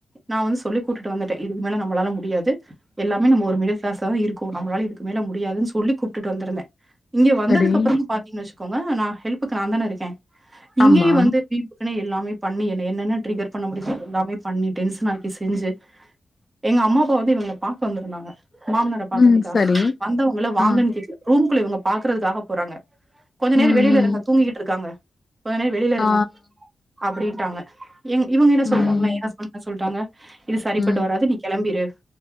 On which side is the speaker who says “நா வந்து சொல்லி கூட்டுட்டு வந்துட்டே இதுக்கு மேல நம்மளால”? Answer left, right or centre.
Right